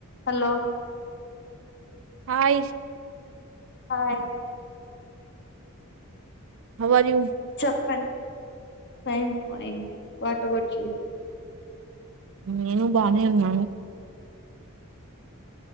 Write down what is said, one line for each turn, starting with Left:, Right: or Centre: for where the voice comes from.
Left: Hello
Right: hi
Left: hi
Right: how are you
Left: చెప్ప fines fine what about you
Right: నేను బానే ఉన్నాను